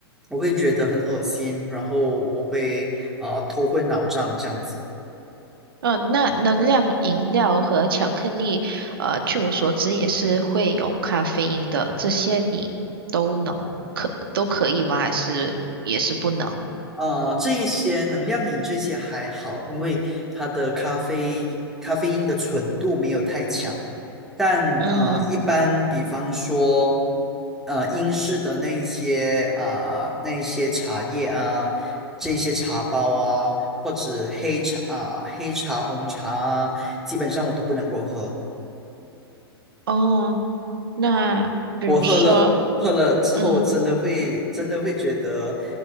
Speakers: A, in the centre; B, on the right.
A: 我会觉得很恶心，然后我会啊、呃头昏脑胀这样子。
B: 嗯，那能量饮料和巧克力，呃，据我所知也是会有咖啡因的，这些你都能可都可以吗？还是也是不能？
A: 呃，这一些能量饮这些还好，因为它的咖啡咖啡因的纯度没有太强。但呃，
B: 嗯，
A: 一般比方说，呃，英式的那一些啊、那一些茶叶啊，这些茶包啊，或者黑茶啊、黑茶、红茶啊，基本上我都不能够喝。
B: 哦，那比如说，
A: 我喝了喝了之后，
B: 嗯
A: 我真的会真的会觉得